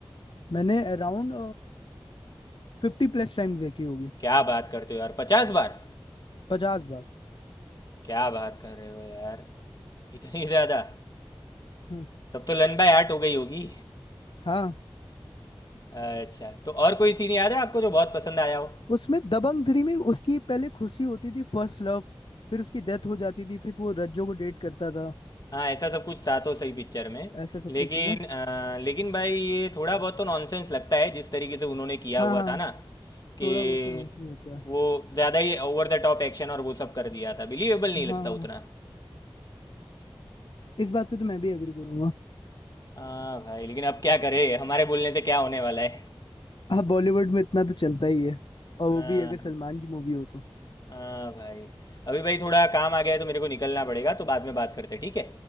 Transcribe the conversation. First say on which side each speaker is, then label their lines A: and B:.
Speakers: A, on the left (about 65°); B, on the left (about 50°).
A: मैंने अराउंड फिफ्टी प्लस टाइम्स देखी होगी
B: क्या बात करते हो यार पचास बार
A: पचास बार
B: क्या बात कर रहे हो यार इतनी ज़्यादा
A: हम्म,
B: तब तो लन बाय हार्ट हो गई होगी
A: हाँ
B: अच्छा तो और कोई सीन याद है आपको जो बहुत पसंद आया हो
A: उसमें दबंग थ्री में उसकी पहले खुशी होती थी फर्स्ट लव फिर उसकी डेथ हो जाती थी फिर वो रज्जो को डेट करता था
B: हाँ ऐसा सब कुछ था तो सही पिक्चर में
A: ऐसा सब
B: लेकिन
A: कुछ था ना
B: अ, लेकिन भाई ये थोड़ा बहुत तो नॉनसेंस लगता है जिस तरीके से उन्होंने किया
A: हाँ
B: हुआ
A: हाँ
B: था ना कि
A: थोड़ा बहुत तो नॉनसेंस लगता है
B: वो ज़्यादा ही ओवर द टॉप एक्शन और वो सब कर दिया था बिलीवेबल नहीं
A: हाँ
B: लगता
A: हाँ
B: उतना
A: इस बात पे तो मैं भी एग्री करूंगा
B: हाँ भाई लेकिन अब क्या करें हमारे बोलने से क्या होने वाला है
A: हाँ बॉलीवुड में इतना तो चलता ही है और
B: हाँ
A: वो भी अगर सलमान की मूवी हो तो
B: हाँ भाई अभी भाई थोड़ा काम आ गया है तो मेरे को निकलना पड़ेगा तो बाद में बात करते हैं ठीक है